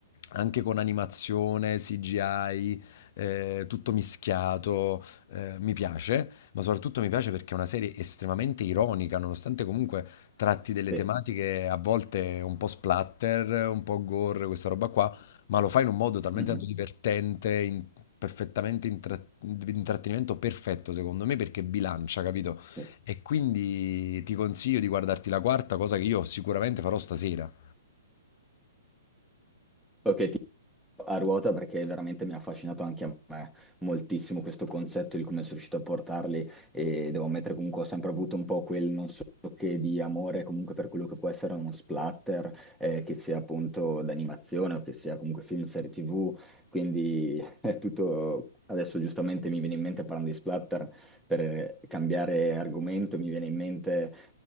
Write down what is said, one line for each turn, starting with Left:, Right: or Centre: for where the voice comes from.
Left: anche con animazione, CGI, eh, tutto mischiato eh, mi piace, ma soprattutto mi piace perché è una serie estremamente ironica, nonostante comunque tratti delle
Centre: Sì.
Left: tematiche a volte un po' splatter, un po' gore, questa roba qua, ma lo fa in un modo talmente
Centre: Mhm.
Left: tanto divertente, in- perfettamente intra- intrattenimento perfetto secondo me perché bilancia, capito?
Centre: Sì.
Left: E quindi ti consiglio di guardarti la quarta, cosa che io sicuramente farò stasera.
Centre: Ok, a ruota perché veramente mi ha affascinato anche a me moltissimo questo concetto di come sono riuscito a portarli e devo ammettere comunque ho sempre avuto un po' quel non so che di amore comunque per quello che può essere uno splatter, eh, che sia appunto d'animazione o che sia comunque film, serie TV, quindi <laughs> è tutto... Adesso giustamente mi viene in mente parlando di splatter, per cambiare argomento, mi viene in mente,